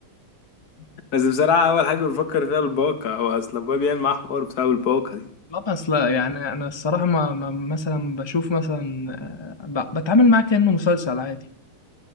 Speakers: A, on the left; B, on the left.
A: <laughs> بس بصراحة أول حاجة بفكر فيها الباقة هو أصل أبويا بيعمل معاه حوار بسبب الباقة
B: لا بس لا يعني انا الصراحة ما, ما مثلا بشوف مثلا آه، ب- بتعامل معاه كأنه مسلسل عادي